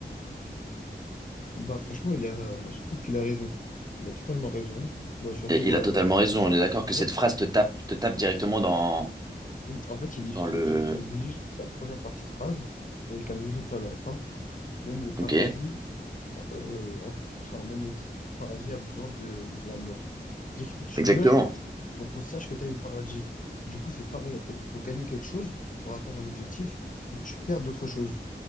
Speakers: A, on the left; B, on the right.
A: Bah franchement, il a, je trouve qu'il a raison. Il a totalement raison. Bah surtout,
B: Et il
A: euh,
B: a totalement raison. On est d'accord que
A: en
B: cette
A: fait,
B: phrase te tape, te tape directement dans,
A: en fait, il illustre,
B: dans le.
A: il, il illustre sa première partie de phrase avec un exemple à la fin. Même le paradis
B: Ok.
A: euh, en- enfin, même le tr- paradis a besoin de, de la mort. C'est-à-dire qu'il faut que
B: Exactement.
A: tu meurs pour qu'on sache que tu es au paradis. Du coup, c'est pareil, en fait. Pour gagner quelque chose, pour atteindre un objectif, il faut que tu perdes d'autres choses.